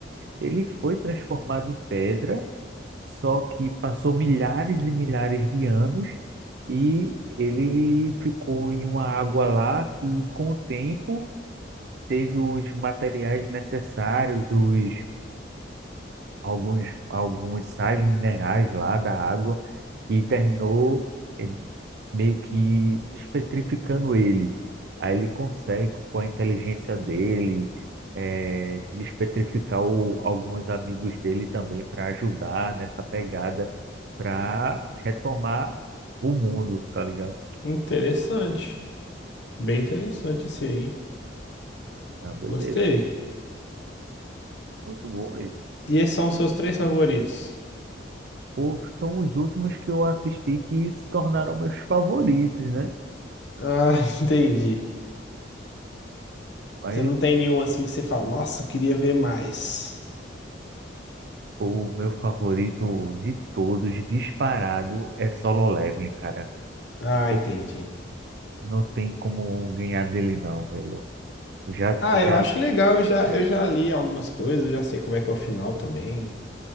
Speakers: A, on the right (about 65°); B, on the left (about 70°).
A: Ele foi transformado em pedra, só que passou milhares e milhares de anos e ele ficou em uma água lá que, com o tempo, teve os materiais necessários, os alguns, alguns sais minerais lá da água e terminou eh, meio que despetrificando ele. Aí ele consegue, com a inteligência dele, eh, despetrificar o- alguns amigos dele também para ajudar nessa pegada para retomar o mundo, tá ligado?
B: Interessante. Bem interessante esse aí, hein?
A: É uma doideira.
B: Gostei.
A: Muito bom. E,
B: E esses são os seus três favoritos?
A: pô, são os últimos que eu assisti que se tornaram meus favoritos, né?
B: Ah, <laughs> entendi.
A: Mas
B: Você não tem nenhum assim que você fala, nossa, eu queria ver mais.
A: O meu favorito de todos, disparado, é Solo Leveling, cara.
B: Ah,
A: Pô,
B: entendi.
A: Não tem como ganhar dele não, velho. Já,
B: Ah,
A: já
B: eu acho legal, eu já, eu já li algumas coisas, eu já sei como é que é o final também.